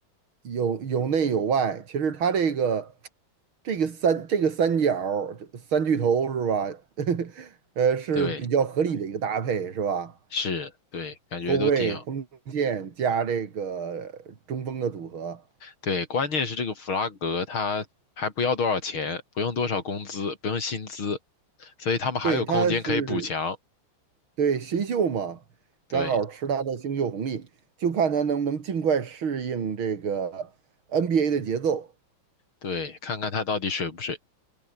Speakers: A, on the right; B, on the left.
A: 有有内有外，其实他这个。这个三这个三角儿三巨头是吧？<laughs> 呃，是比较合理的一个搭配是吧？
B: 对，是，对，感觉都挺好。
A: 后卫、锋线加这个中锋的组合，
B: 对，关键是这个弗拉格他还不要多少钱，不用多少工资，不用薪资，所以他们还有空间可以补强。
A: 对，他是对新秀嘛，
B: 对
A: 刚好吃他的新秀红利，就看他能不能尽快适应这个 NBA 的节奏。
B: 对，看看他到底水不水，